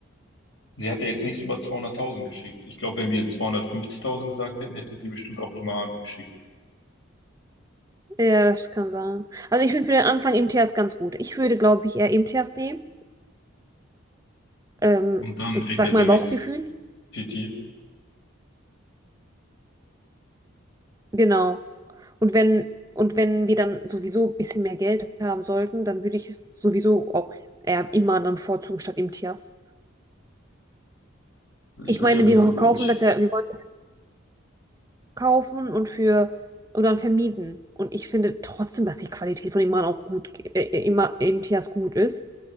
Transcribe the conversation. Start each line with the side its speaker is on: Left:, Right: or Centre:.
Left: Sie hat ja jetzt nichts über 200.000 geschickt. Ich glaube, wenn wir jetzt 250.000 gesagt hätten, hätte sie bestimmt auch Iman geschickt.
Right: Ja, das kann sein. Also ich finde für den Anfang MTS ganz gut. Ich würde, glaube ich, eher MTS nehmen. Ähm,
Left: Und dann Academics
Right: sag mein Bauchgefühl.
Left: City.
Right: Genau. Und wenn, und wenn wir dann sowieso ein bisschen mehr Geld haben sollten, dann würde ich es sowieso auch eher immer dann bevorzugen statt MTS.
Left: Ich
Right: Ich
Left: würde
Right: meine,
Left: ja, Beng-
Right: wir kaufen
Left: ich
Right: das ja, wir wollen das kaufen und für und dann vermieten. Und ich finde trotzdem, dass die Qualität von Iman auch gut, äh, äh, immer MTS gut ist.